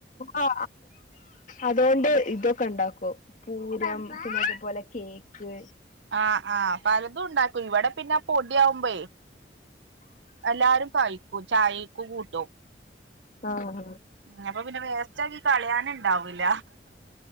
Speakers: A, on the left (about 45°); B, on the right (about 75°).
A: ആ അതുകൊണ്ട് ഇതൊക്കെ ഉണ്ടാക്കും പൂരം പിന്നെതുപോലെ കേക്ക്
B: ആഹ ആഹ പലതും ഉണ്ടാക്കും ഇവിടെ പിന്നെ പൊടിയവുമ്പോയേ എല്ലാരും കഴിക്കൂ ചായക്കെ കൂട്ടും
A: ആഹ
B: ഉ അപ്പൊ പിന്നെ വേസ്റ്റാക്കി കളിയാന ഇണ്ടാവൂില്ല